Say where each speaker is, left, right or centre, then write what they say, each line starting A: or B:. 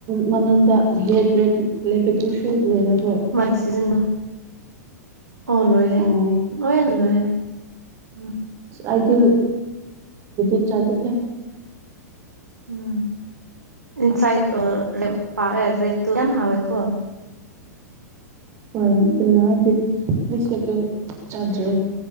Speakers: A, on the right; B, on the right.
A: ꯃꯅꯨꯡꯗ ꯔꯦꯠ ꯔꯦꯠ ꯂꯩꯕꯗꯨꯁꯨ ꯂꯣꯏꯔꯕꯣ
B: ꯃꯒꯤ ꯁꯤꯖꯟꯗꯨ ꯑꯣ ꯂꯣꯏꯔꯦ
A: ꯑꯣ
B: ꯂꯣꯏꯔꯅ ꯂꯣꯏꯔꯦ ꯎꯝ
A: ꯑꯩꯗꯤ <unintelligible> ꯆꯥꯗꯦꯍꯦ
B: ꯎꯝ ꯏꯟꯁꯥꯏꯗ ꯑꯣꯔ <unintelligible> ꯔꯦꯗ ꯇꯣ ꯌꯥꯝ ꯍꯥꯎꯏꯀꯣ
A: ꯍꯣꯏ ꯑꯗꯨꯅ ꯍꯥꯏꯗꯤ ꯕꯥꯢꯀꯨꯠꯇꯨ ꯆꯥꯗ꯭ꯔꯤ